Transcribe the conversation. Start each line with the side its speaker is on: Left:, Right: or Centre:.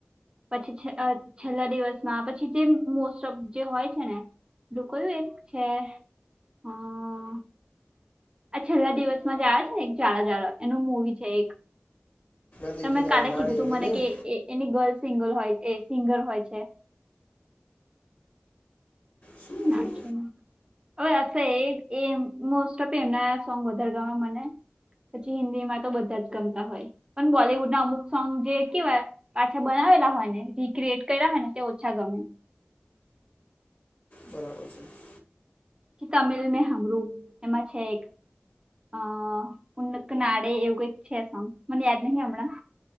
Right: પછી છે છેલ્લા દિવસમાં પછી જે મોસ્ટ ઓફ જે હોય છે ને લોકલ હે છે હા. આ છેલ્લા દિવસમાં જયા આવે છે ને એક જાડા જાડા એનું મૂવી છે એક
Left: નદી
Right: તમે
Left: કિનારે
Right: કાલે
Left: નાળિયેર
Right: કીધું તું મને
Left: એ નહીં ને
Right: કે એની ગર્લ સિંગર હોય સિંગર હોય છે
Left: શું
Right: ના
Left: શું
Right: છે. હવે હશે એ એ મોસ્ટ ઓફ એમના સોંગ વધારે ગમે મને પછી હિન્દી માં તો બધા જ ગમતા હોય પણ બોલીવુડ ના અમુક સોંગ જે કેવાય પાછા બનાવેલા હોય ને રીક્રિએટ કરેલા હોય ને તે ઓછા ગમે
Left: બરાબર છે.
Right: તમિલ મે હમરું એમાં છે એક હા અ નાડે એવું કઈક છે સોંગ મને યાદ નહી હમણાં